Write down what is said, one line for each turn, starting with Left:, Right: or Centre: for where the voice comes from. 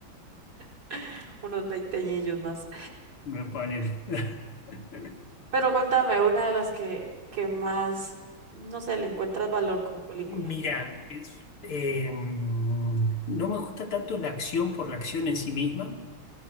Right: <laughs> Unos veinte veinteañillos más.
Left: Me pone. <laughs>
Right: Pero contame, una de las que, que más, no sé, le encuentras valor como película.
Left: Mira, es, eh, no me gusta tanto la acción por la acción en sí misma.